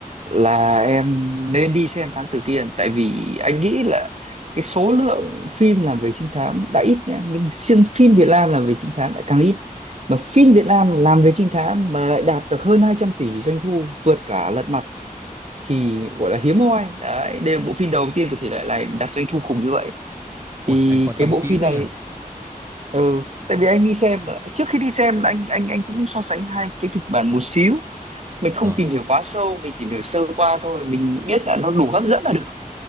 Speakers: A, on the right; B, on the right.
A: là em nên đi xem Thám Tử Kiên tại vì anh nghĩ là cái số lượng phim làm về trinh thám đã ít nhá nhưng riêng phim Việt Nam làm về trinh thám lại càng ít mà phim
B: Ờ.
A: Việt Nam làm về trinh thám mà lại đạt được hơn 200 tỷ doanh thu vượt cả Lật Mặt thì gọi là hiếm hoi đấy đây là bộ phim đầu tiên của thể loại này đạt doanh thu khủng như vậy
B: ôi
A: thì
B: anh quan
A: cái
B: tâm
A: bộ
B: kỹ
A: phim
B: thế
A: này
B: nhỉ
A: ừ tại vì anh đi xem mà. trước khi đi xem là anh anh anh cũng so sánh hai cái kịch bản một xíu mình không
B: Ờ.
A: tìm hiểu quá sâu mình tìm hiểu sơ qua thôi mình biết là nó đủ hấp dẫn là được